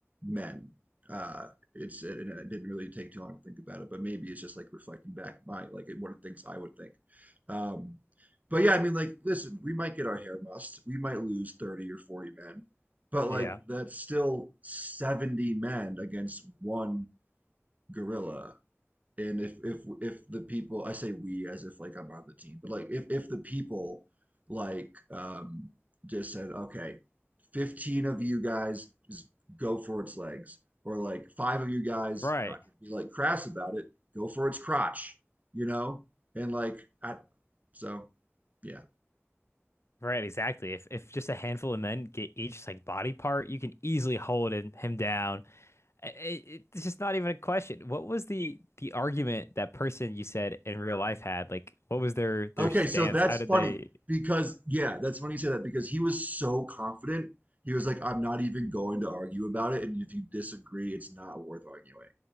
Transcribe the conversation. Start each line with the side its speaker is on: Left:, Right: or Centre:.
Right: men. Uh, it's it, and it didn't really take too long to think about it, but maybe it's just like reflecting back my like what it thinks I would think. Um, but yeah, I mean, like, listen, we might get our hair mussed, we might lose 30 or 40 men, but
Left: Yeah.
Right: like that's still 70 men against one gorilla and if if if the people I say we as if like I'm on the team, but like if if the people like um just said, okay, 15 of you guys just go for its legs, or like five of you guys,
Left: Right.
Right: not to be like crass about it, go for its crotch, you know? And like I so yeah.
Left: Right, exactly. If if just a handful of men get each like body part, you can easily hold him, him down. I- I- it's just not even a question. What was the the argument that person you said in real life had? Like, what was their their
Right: Okay,
Left: stance?
Right: so that's
Left: How did
Right: funny
Left: they?
Right: because yeah, that's funny you say that because he was so confident. He was like, I'm not even going to argue about it, and if you disagree, it's not worth arguing.